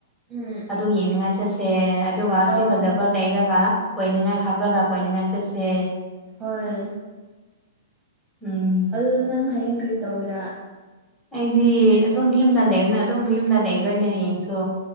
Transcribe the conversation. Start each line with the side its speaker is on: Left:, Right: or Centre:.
Right: ꯎꯝ
Centre: ꯑꯗꯨ ꯌꯦꯡꯅꯤꯡꯉꯥꯏ ꯆꯠꯁꯦ ꯑꯗꯨꯒ
Right: ꯑꯧ
Centre: ꯁꯤ ꯐꯖꯕ ꯂꯩꯔꯒ ꯀꯣꯏ ꯅꯤꯡꯉꯥꯏ ꯍꯥꯞꯔꯒ ꯀꯣꯏꯅꯤꯡꯉꯥꯏ ꯆꯠꯁꯦ
Right: ꯍꯣꯏ
Centre: ꯎꯝ
Right: ꯗꯨ ꯅꯪ ꯍꯌꯦꯡ ꯀꯔꯤ ꯇꯧꯋꯤꯔꯥ
Centre: ꯑꯩꯗꯤ ꯑꯗꯨꯝ ꯌꯨꯝꯗ ꯂꯩꯕꯅ ꯑꯗꯨꯝ ꯌꯨꯝꯗ ꯂꯩꯗꯣꯏꯅꯦ ꯍꯌꯦꯡꯁꯨ